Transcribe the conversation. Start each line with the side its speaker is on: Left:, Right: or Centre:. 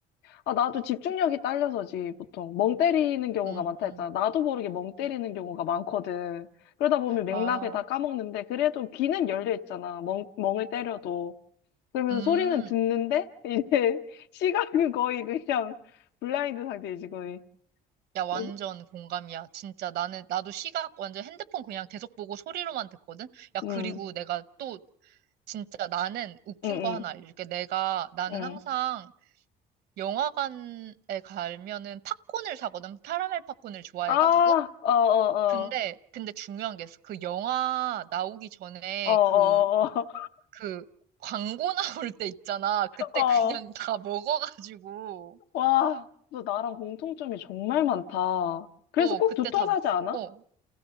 Left: 아, 나도 집중력이 딸려서지, 보통. 멍 때리는 경우가
Right: 음,
Left: 많다 했잖아. 나도 모르게 멍 때리는 경우가 많거든. 그러다 보면 맥락을
Right: 아,
Left: 다 까먹는데, 그래도 귀는 열려 있잖아. 멍, 멍을 때려도. 그러면
Right: 음.
Left: 소리는 듣는데, <laughs> 이제 시각은 거의 그냥 블라인드 상태이지, 거의.
Right: 야, 완전
Left: 응,
Right: 공감이야. 진짜 나는, 나도 시각 완전 핸드폰 그냥 계속 보고 소리로만 듣거든? 야,
Left: 응,
Right: 그리고 내가 또 진짜 나는 웃긴
Left: 응,
Right: 거 하나 알려줄게. 내가, 나는
Left: 응.
Right: 항상 영화관에 가면은 팝콘을 사거든. 카라멜 팝콘을 좋아해가지고.
Left: 아, 어, 어,
Right: 근데,
Left: 어.
Right: 근데 중요한 게 있어. 그 영화 나오기 전에
Left: 어, 어,
Right: 그,
Left: 어,
Right: 그 광고 <laughs> 나올 때 있잖아. 그때
Left: 어. 어.
Right: 그냥 <laughs> 다 먹어가지고.
Left: 와, 너 나랑 공통점이 정말 많다. 그래서
Right: 어,
Left: 꼭
Right: 그때
Left: 두통사지
Right: 다, 먹-
Left: 않아?
Right: 어.